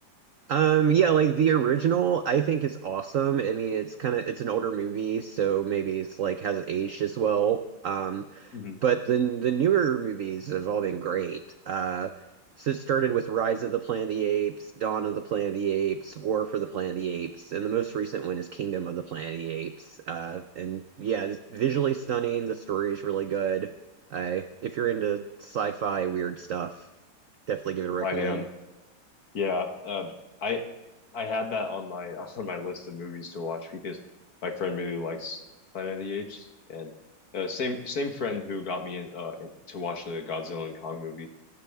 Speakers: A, on the right; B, on the left.
A: Um, yeah, like the original, I think is awesome. I mean, it's kind of it's an older movie, so maybe it's like hasn't aged as well. Um,
B: them? Mhm.
A: But the the newer movies have all been great. Uh, so it started with Rise of the Planet of the Apes, Dawn of the Planet of the Apes, War for the Planet of the Apes, and the most recent one is Kingdom of the Planet of the Apes. Uh, and yeah, it's visually stunning. The story is really good. I if you're into sci-fi weird stuff, definitely give it a recommend.
B: I am. Yeah, um, I I had that on my <laughs> on my list of movies to watch because my friend really likes Planet of the Apes, and uh, same same friend who got me in, uh in, to watch the Godzilla and Kong movie.